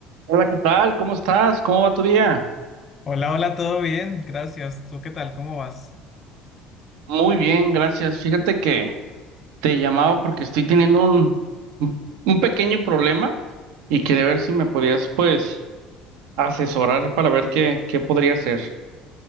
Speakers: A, on the right (about 80°); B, on the left (about 25°).
A: Hola, ¿qué tal? ¿Cómo estás? ¿Cómo va tu día?
B: Hola, hola, todo bien, gracias. ¿Tú qué tal? ¿Cómo vas?
A: Muy bien, gracias. Fíjate que te llamaba porque estoy teniendo un, un un pequeño problema y quería ver si me podías, pues, asesorar para ver qué, qué podría hacer.